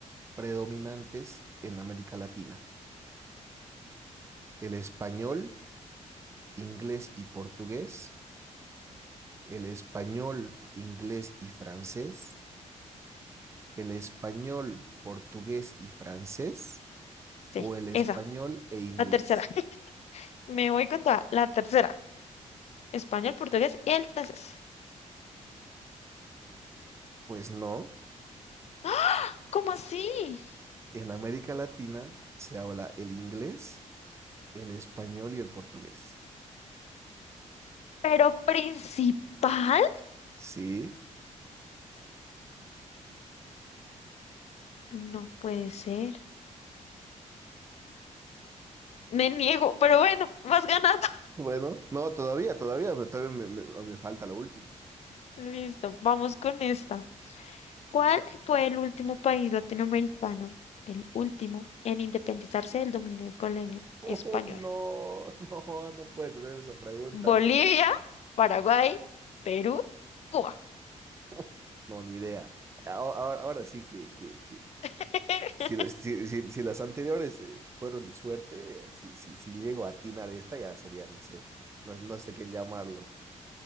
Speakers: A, on the right (about 20°); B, on the left (about 60°).
A: predominantes en América Latina? El español, inglés y portugués, el español, inglés y francés, el español, portugués y francés o
B: Sí,
A: el español
B: esa,
A: e inglés.
B: la tercera. <laughs> Me voy con toda, la tercera. Español, portugués y el francés.
A: Pues no,
B: <gasps> ¿Cómo así?
A: en América Latina se habla el inglés, el español y el portugués.
B: ¿Pero principal?
A: Sí,
B: No puede ser. Me niego, pero bueno, vas ganando.
A: bueno, no, todavía, todavía, todavía me, me- me falta la última.
B: <laughs> Listo, vamos con esta. ¿Cuál fue el último país latinoamericano, el último, en independizarse del dominio colonial
A: Uy,
B: español?
A: no, <laughs> no, no puedes hacer esa pregunta,
B: Bolivia,
A: no,
B: Paraguay, Perú, Cuba.
A: <laughs> no, ni idea. Ahora, ahora- ahora sí que, que, que
B: <laughs>
A: si, las- si, si- si las anteriores eh, fueron de suerte, eh, si, si, si llego a atinar esta, ya sería, no sé, no, no sé qué llamarlo.